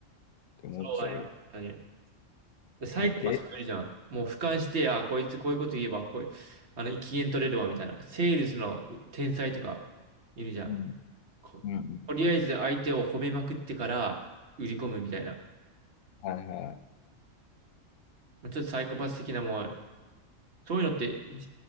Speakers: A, on the left; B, on the right.
A: て思っちゃうよ。
B: そうだね、本当に。でサイコパスもいるじゃん。
A: もうで、
B: もう俯瞰して、あ、こいつこういうこと言えば、こういう、あの、機嫌取れるわ、みたいな。セールスの天才とかいるじゃん。
A: うん、
B: こ、
A: うん、
B: とりあえず相手を褒めまくってから売り込むみたいな。
A: はいはい。
B: まあちょっとサイコパス的なもう、そういうのってい